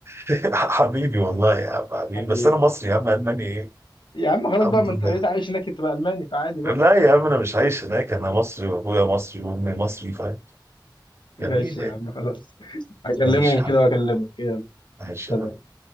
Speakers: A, on the right; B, on the left.
A: <laughs> حبيبي والله يا عم حبيبي
B: حبيبي
A: بس انا مصري يا عم الماني ايه
B: يا عم خلاص
A: الحمد
B: بقى ما
A: لله
B: انت بقيت عايش هناك تبقى الماني فعادي بقى
A: لا يا عم انا مش عايش هناك انا مصري وابويا مصري وامي مصري فاهم
B: ماشي
A: جميل
B: يا
A: يعني
B: عم خلاص <laughs> هكلمهم
A: ماشي يا
B: كده
A: حبيبي
B: واكلمك يلا
A: ماشي
B: سلام